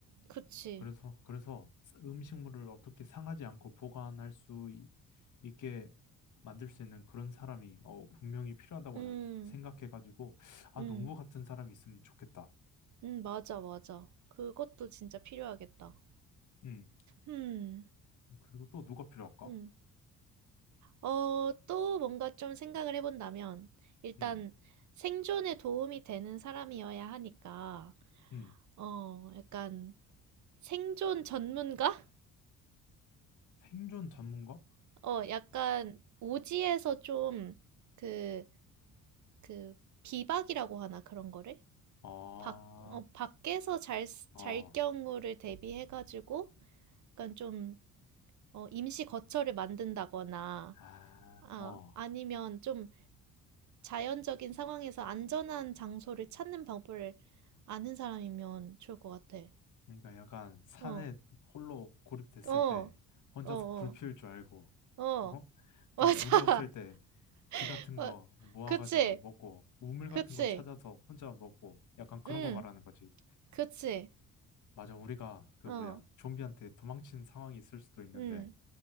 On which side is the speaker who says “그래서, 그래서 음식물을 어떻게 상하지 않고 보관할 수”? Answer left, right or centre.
Left